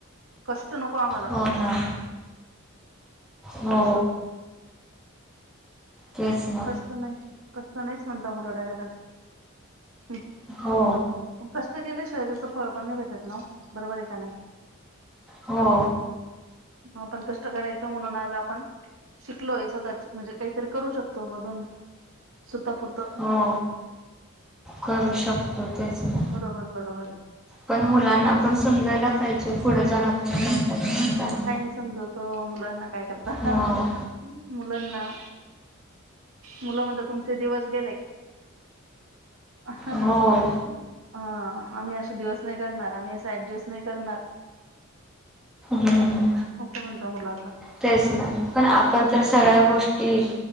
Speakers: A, on the right (about 75°); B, in the centre.
A: कष्ट नको आम्हाला....
B: हो ना. हो...
A: असं
B: तेच ना
A: कष्ट नाही कष्ट नाहीच म्हणता मुलं डायरेक्ट आता.... ह
B: हो
A: कष्ट केल्याशिवाय त्याच फळ पण नाही भेटत ना हो. बरोबर आहे का नाही....
B: हो.
A: आपण कष्ट करायचं म्हणून आज आपण शिकलोय स्वतःच म्हणजे काहीतरी करू शकतो मधून... स्वतः पुरतं....
B: हो करू शकतो त्याचं
A: बरोबर बरोबर
B: पण मुलांना
A: आहे
B: पण समजायला... पाहिजे पुढे जाण आपल्याला... करायचं काय
A: काही नाही समजत वो मुलांना काय करता.
B: हो
A: मुलांना... मुलं म्हणत तुमचे दिवस गेले... ह ह
B: हो
A: ह.... आम्ही असा दिवस नाही करणार. आम्ही असं ऍडजस्ट नाही करणार...
B: हम्
A: असं म्हणता मुलं आता
B: तेच ना पण आपण तर सगळ्या गोष्टी...